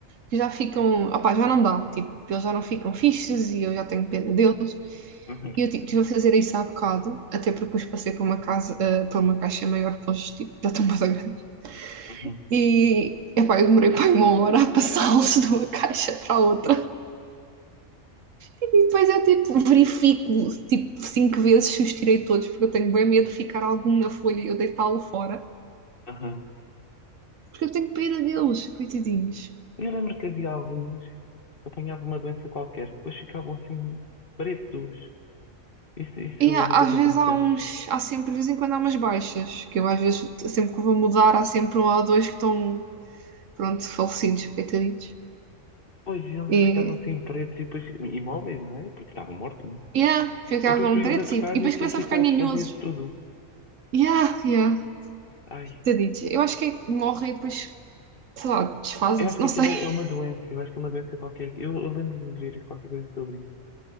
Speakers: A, on the right; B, on the left.
A: que já ficam, opá, já não dá, tipo, eles já não ficam fixes e eu já tenho pena deles.
B: Uhum,
A: E eu tipo, estive a fazer isso há bocado, até porque os passei para uma casa, eh, para uma caixa maior, porque eles tipo, já estão mais grandes.
B: uhum,
A: E, epá, eu demorei para uma hora a passá-los <laughs> de uma caixa para a outra. E depois eu, tipo, verifico, tipo, cinco vezes se os tirei todos, porque eu tenho bem medo de ficar algum na folha e eu deitá-lo fora.
B: uhum.
A: Porque eu tenho pena deles, coitadinhos.
B: Eu lembro que havia alguns que apanhavam uma doença qualquer, depois ficavam assim pretos. Isso, isso
A: E há-
B: nunca
A: às
B: te
A: vezes
B: aconteceu?
A: há uns, há sempre, de vez em quando há umas baixas, que eu às vezes, sempre que vou mudar, há sempre um ou dois que estão, pronto, falecidos, coitaditos.
B: Pois, eles
A: E,
B: ficavam assim pretos e depois imóveis, não é? Porque estavam mortos,
A: yeah, ficavam
B: E depois tu ias
A: pretos
B: a tocar
A: e, e depois
B: e aquilo
A: começam
B: ficava,
A: a ficar ninhosos.
B: desfazia-se tudo.
A: Yeah, yeah,
B: Ai,
A: coitaditos. Eu acho que é que morrem e depois sei lá, desfazem-se,
B: eu acho
A: não
B: que aquilo
A: sei. <laughs>
B: é é uma doença, eu acho que é uma doença qualquer. Eu, eu lembro-me de ver qualquer coisa sobre isso.